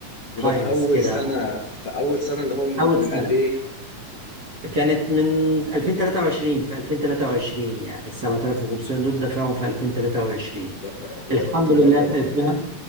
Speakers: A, on the left; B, on the right.
A: وده
B: باينز
A: في اول
B: كده
A: سنه في اول سنه اللي هو
B: اول
A: من
B: سنة
A: قد ايه
B: كانت من 2023 في 2023 يعني ال 7500 دول دفعهم في 2023
A: يا نهار ابيض
B: الحمد
A: رقم
B: لله في 2000